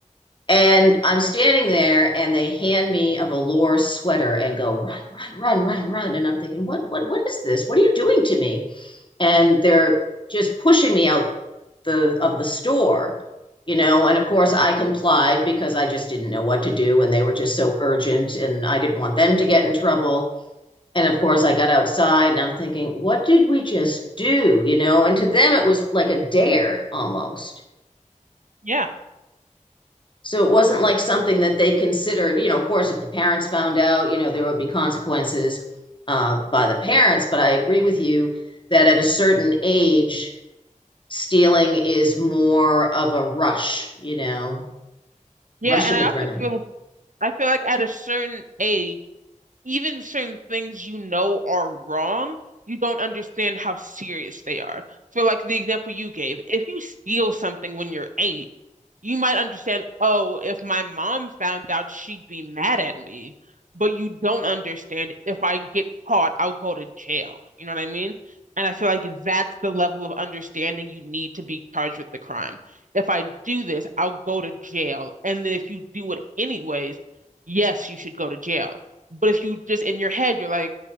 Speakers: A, on the left (about 40°); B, on the right (about 80°).
A: And I'm standing there and they hand me a velour sweater and go, run, run, run, run, run. And I'm thinking, what, what, what is this? What are you doing to me? And they're just pushing me out the of the store, you know. And of course I complied because I just didn't know what to do and they were just so urgent and I didn't want them to get in trouble. And of course I got outside and I'm thinking, what did we just do? You know, and to them it was like a dare almost.
B: Yeah,
A: So it wasn't like something that they considered, you know, of course, if the parents found out, you know, there would be consequences uh, by the parents. But I agree with you that at a certain age, stealing is more of a rush, you know,
B: Yeah,
A: rush
B: and
A: of
B: I
A: adrenaline.
B: also feel I feel like at a certain age even if certain things you know are wrong, you don't understand how serious they are. For like the example you gave, if you steal something when you're eight, you might understand, oh, if my mom found out, she'd be mad at me. But you don't understand if I get caught, I'll go to jail. You know what I mean? And I feel like that's the level of understanding you need to be charged with the crime. If I do this, I'll go to jail. And then if you do it anyways, yes, you should go to jail but if you just in your head, you're like,